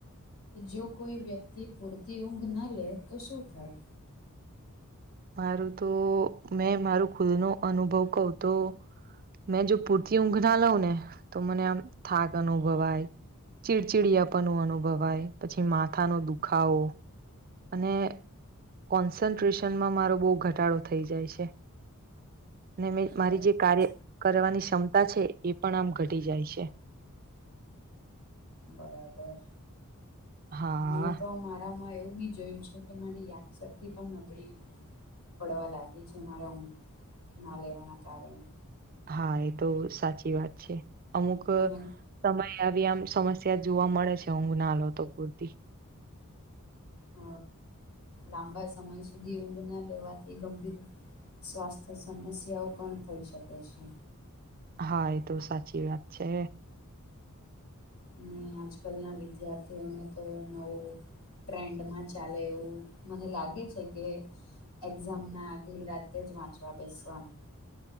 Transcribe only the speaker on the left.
જો કોઈ વ્યક્તિ પૂરતી ઊંઘ ન લે તો શું થાય?
બરાબર
બરાબર
મેં તો મારામાં એવું બી જોયું જોકે મારી યાદશક્તિ પણ નબળી પડવા લાગી છે મામારા ઊંઘું ના લેવાના કારણે
અને
હ લાંબા સમય સુધી ઊંઘ ના લેવાથી ગંભીર સ્વાસ્થ્ય સમસ્યાઓ પણ થઈ શકે છે
અને આજકાલના વિદ્યાર્થીઓને તો નવું ટ્રેન્ડમાં ચાલે એવું મને લાગે છે કે એક્ઝામ ના આગલી રાતે જ વાંચવા બેસવાનું